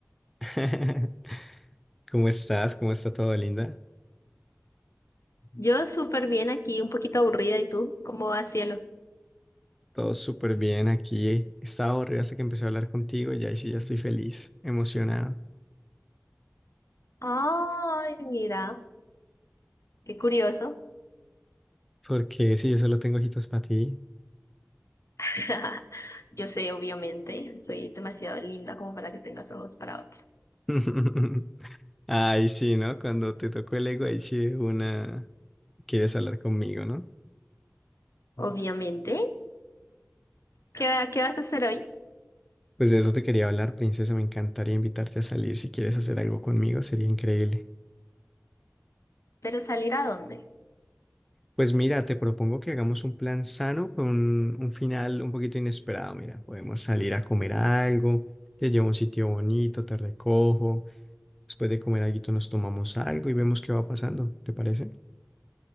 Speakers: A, in the centre; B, on the left (about 85°).
A: <laughs> ¿Cómo estás? ¿Cómo está todo, linda?
B: Yo súper bien aquí, un poquito aburrida, ¿y tú? ¿Cómo va, cielo?
A: Todo súper bien aquí. Estaba aburrido hasta que empecé a hablar contigo y ahí sí ya estoy feliz, emocionado.
B: Ay, mira, qué curioso.
A: Porque si yo solo tengo ojitos para ti.
B: <laughs> Yo sé, obviamente, soy demasiado linda como para que tengas ojos para otra.
A: <laughs> Ay, sí, ¿no? Cuando te tocó el ego, ahí sí de una quieres hablar conmigo, ¿no?
B: Obviamente, ¿qué, va- qué vas a hacer hoy?
A: Pues de eso te quería hablar, princesa. Me encantaría invitarte a salir. Si quieres hacer algo conmigo, sería increíble.
B: ¿Pero salir a dónde?
A: Pues mira, te propongo que hagamos un plan sano con un, un final un poquito inesperado. Mira, podemos salir a comer algo, te llevo a un sitio bonito, te recojo, después de comer algo nos tomamos algo y vemos qué va pasando, ¿te parece?